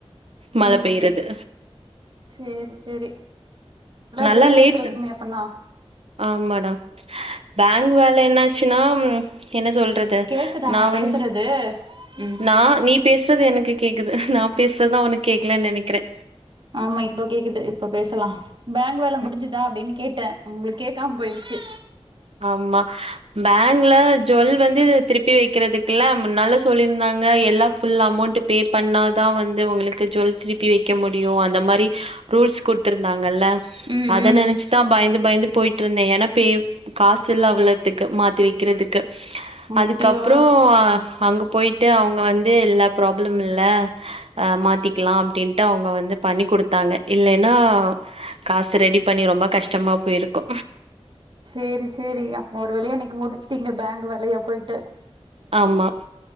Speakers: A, on the right; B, on the right.
A: மழ
B: ம்
A: பெய்யறது
B: சேரி சேரி
A: நல்லா
B: ஜில்லுன்னு
A: லேசு
B: இருக்குமே அப்பன்னா
A: ஆமாடா பேங்க் வேல என்ன ஆச்சுன்னா என்ன சொல் றது
B: கேக்குதா
A: நா வந்
B: பேசுறது ம்
A: நா நீ பேசுறது எனக்கு கேக் குது நா பேசுறதுதா உனக்கு கேக்கலன்னு நெனைக்கிறே
B: ஆமா இப்ப கேக்குது இப்ப பேசலா பேங்க் வேல முடிஞ்சுதா
A: ம்
B: அப்டின் கேட்டே உங்களுக்கு கேக்காம போயிருச்சு
A: ஆமா பேங்க்ல ஜுவல் வந்து திருப்பி வைக்கிறதுக்கல்லா முன்னால சொல்லிருந்தாங்க எல்லா ஃபுல் அமௌண்ட்டு பே பண்ணாதா வந்து உங்களுக்கு ஜுவல் திருப்பி வைக்க முடியு அந்த மாரி ரூல்ஸ் குடுத்துருந்தாங்கல்ல
B: ம்
A: அத
B: ம்
A: நெனைச்சுதா பயந்து பயந்து போயி ட்ருந்தே ஏன்னா பே காசு இல்ல அவ்ளத்துக்கு மாத்தி வைக்கிறதுக்கு
B: அப்டியா
A: அதுக்கப்றோ அங்க போயிட்டு அவங்க வந் இது இல்ல ப்ராப்ளம் இல்ல ஆ மாத்திக்கலா அப்டின்ட்டு அவங்க வந் து பண்ணி குடுத்தாங்க இல்லைன்னா காசு ரெடி பண்ணி ரொம்ப கஷ்டமா போயிருக்கு
B: சேரி சேரிங்க அப்போ ஒரு வழியா இன்னக்கி முடிச்சுட்டீங்க பேங்க் வேலையா போயிட்டு
A: ஆமா